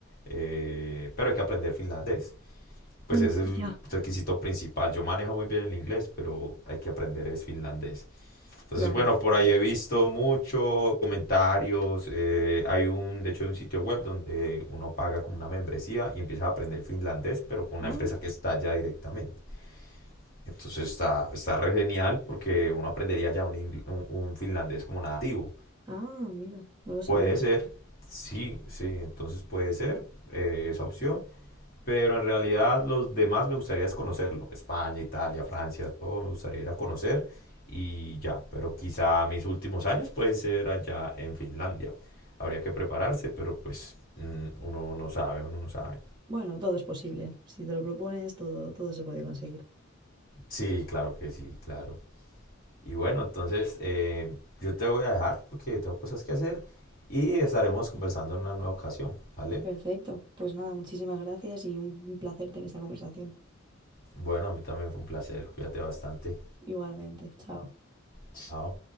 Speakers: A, on the left (about 45°); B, on the right (about 20°).
A: eh, pero hay que aprender finlandés pues
B: mm,
A: es el
B: ya,
A: requisito principal. Yo manejo muy bien el inglés, pero hay que aprender es finlandés. Entonces,
B: claro.
A: bueno, por ahí he visto mucho comentarios. eh, hay un, de hecho, hay un sitio web donde uno paga como una membresía y empieza a aprender finlandés, pero con
B: Ah,
A: una empresa que está allá directamente. Entonces está, está re genial porque uno aprendería ya un, ingl- un- un finlandés como nativo.
B: ah, mira, no lo sabía.
A: Puede ser, sí, sí, entonces puede ser eh, esa opción, pero en realidad los demás me gustaría es conocerlo, España, Italia, Francia, todo me gustaría ir a conocer y ya, pero quizá mis últimos años pueden ser allá en Finlandia, habría que prepararse, pero pues mm, uno no sabe, uno no sabe.
B: Bueno, todo es posible. Si te lo propones, todo, todo se puede conseguir.
A: Sí, claro que sí, claro. Y bueno, entonces eh, yo te voy a dejar porque tengo cosas que hacer y estaremos conversando en una nueva ocasión, ¿vale?
B: Perfecto. Pues nada, muchísimas gracias y un placer tener esta conversación.
A: Bueno, a mí también fue un placer. Cuídate bastante.
B: Igualmente. Chao.
A: Chao.